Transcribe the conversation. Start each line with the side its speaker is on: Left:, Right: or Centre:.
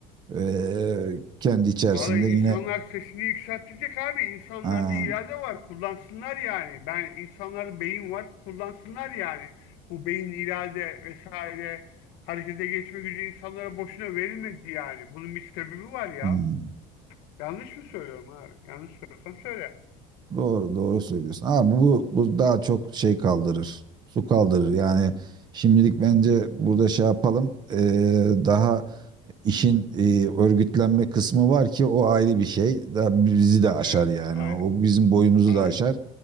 Right: Ee, kendi içerisinde
Left: Vallahi
Right: yine
Left: insanlar sesini yükseltecek abi. İnsanlarda
Right: aa,
Left: irade var. Kullansınlar yani. Ben insanlarda beyin var. Kullansınlar yani. Bu beyin irade vesaire harekete geçme gücü insanlara boşuna verilmedi yani. Bunun bir sebebi var ya.
Right: hmm,
Left: Yanlış mı söylüyorum abi? Yanlış söylüyorsam söyle.
Right: Doğru, doğru söylüyorsun. Ama bu, bu daha çok şey kaldırır. Su kaldırır. Yani şimdilik bence burada şey yapalım. eee, daha işin eee, örgütlenme kısmı var ki o ayrı bir şey. Daha bizi de aşar
Left: Evet.
Right: yani.
Left: Aynen.
Right: O bizim boyumuzu
Left: Aynen.
Right: da aşar.